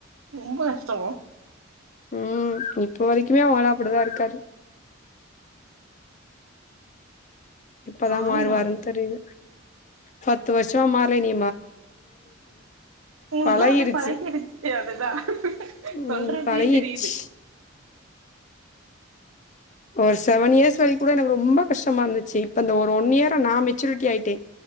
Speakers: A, on the right; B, on the left.
A: ரொம்ப கஷ்டோ
B: ம் இப்ப வரைக்குமே அவுகளா அப்டிதா இருக்காரு எப்பதா
A: மாறிடுவாங்க
B: மாறுவாருன் தெரில பத்து வருஷமா மா றல இனி
A: உங்களுக்லா
B: பழகிருச்சு
A: அப்டி பழகிருச்சு அதுதா
B: ம்
A: சொல்றதே
B: பழகிடுச்சு
A: தெரியிது
B: ஒரு செவன் இயர்ஸ் வரைக் கூட எனக்கு ரொம்ப கஷ்டமா இந்துச்சு இப்ப இந்த ஒரு ஒன் இயரா நா மெச்சூரிட்டி ஆயிட்டே